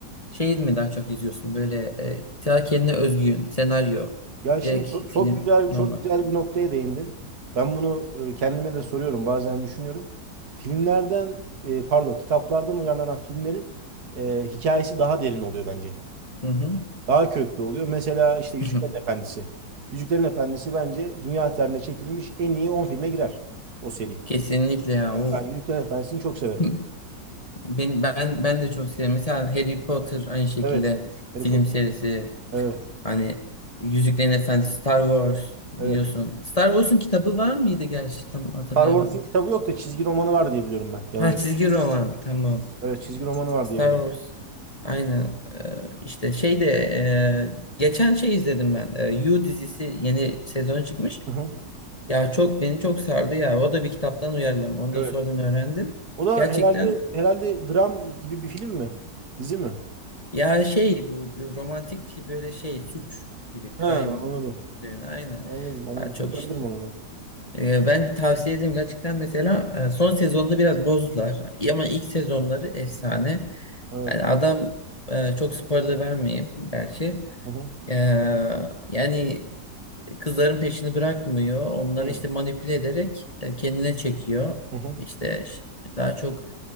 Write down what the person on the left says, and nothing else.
şey mi daha çok izliyorsun? Böyle e, ta kendine özgü senaryo.
Direkt
film
normal.
Hı hı.
<laughs>
Kesinlikle ya o.
<laughs> Ben, ben ben de çok seviyorum. Mesela Harry Potter aynı şekilde
film
serisi.
Hani Yüzüklerin Efendisi, Star Wars biliyorsun.
Star Wars'un kitabı var mıydı gerçi? Tam hatırlayamadım.
Ha çizgi roman tamam.
Star
Wars. Aynen. Ee, işte şey de e, geçen şey izledim ben. Ee, You dizisi yeni sezon çıkmış.
Ya çok beni çok sardı ya. O da bir kitaptan uyarlama. Onu
da sonradan öğrendim.
Gerçekten
ya şey bu bu romantik böyle şey suç gibi crime
üzerine aynen.
Daha çok
işte
Ee, Ben tavsiye ederim gerçekten mesela e, son sezonda biraz bozdular ama ilk sezonları efsane.
Yani adam e, çok spoiler vermeyeyim gerçi.
E, yani kızların peşini bırakmıyor. Onları
işte manipüle ederek e, kendine çekiyor.
İşte ş- daha çok